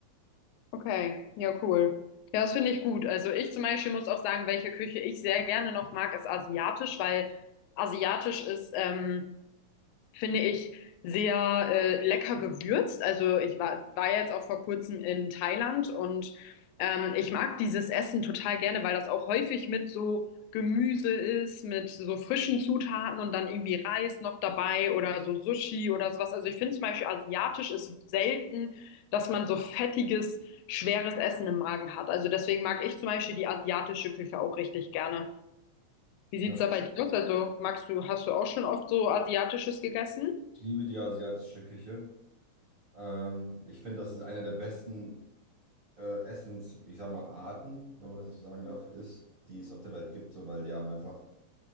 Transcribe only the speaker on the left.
Okay, ja, cool. Ja, das finde ich gut. Also ich zum Beispiel muss auch sagen, welche Küche ich sehr gerne noch mag, ist asiatisch, weil asiatisch ist ähm, finde ich, sehr äh, lecker gewürzt. Also ich war, war jetzt auch vor kurzem in Thailand und ähm, ich mag dieses Essen total gerne, weil das auch häufig mit so Gemüse ist, mit so frischen Zutaten und dann irgendwie Reis noch dabei oder so Sushi oder sowas. Also ich finde zum Beispiel asiatisch ist selten, dass man so fettiges, schweres Essen im Magen hat. Also deswegen mag ich zum Beispiel die asiatische Küche auch richtig gerne. Wie sieht's
da bei dir aus? Also magst du, hast du auch schon oft so asiatisches gegessen?